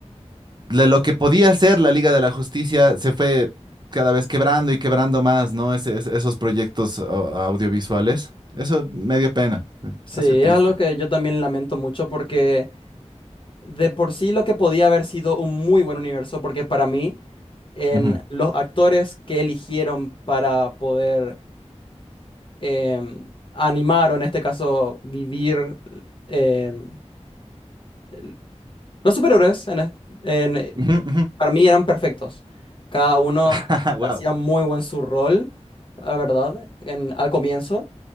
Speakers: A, on the right; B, on the left.
A: de lo que podía hacer la Liga de la Justicia se fue cada vez quebrando y quebrando más, ¿no? Ese- es- esos proyectos o- audiovisuales. Eso me dio pena,
B: Sí,
A: ha sido triste.
B: es algo que yo también lamento mucho porque de por sí lo que podía haber sido un muy buen universo, porque para mí, en
A: Ujú.
B: los actores que eligieron para poder em, animar o en este caso vivir em, el- los superhéroes en est- en-
A: Ujú, ujú.
B: para mí eran perfectos. Cada uno
A: <laughs> Wow.
B: hacía muy buen su rol, la verdad, en, al comienzo,